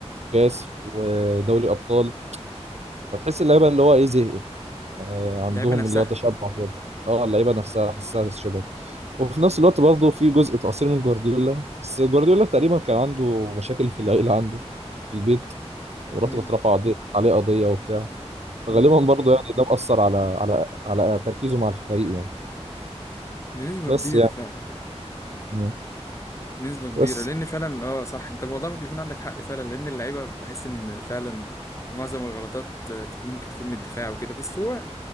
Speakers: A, on the right; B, on the left.
A: كاس ودوري ابطال فتحس اللعيبه اللي هو ايه زهقت آه، عندهم
B: اللعيبه نفسها
A: اللي هو تشبع كده اه اللعيبه نفسها حاسسها شباب وفي نفس الوقت برضه في جزء تقصير من جوارديولا بس جوارديولا تقريبا كان عنده مشاكل في العيله عنده في البيت ومراته
B: امم
A: كانت رافعه قضية- عليه قضيه وبتاع فغالبا
B: امم
A: برضه يعني ده مأثر على على على تركيزه مع الفريق يعني
B: بنسبه
A: بس
B: كبيره
A: يعني
B: فعلا
A: مم.
B: بنسبه كبيره
A: بس
B: لان فعلا اه صح انت والله ممكن يكون عندك حق فعلا لان اللعيبه بحس ان فعلا معظم الغلطات تكون ممكن تكون من الدفاع وكده بس هو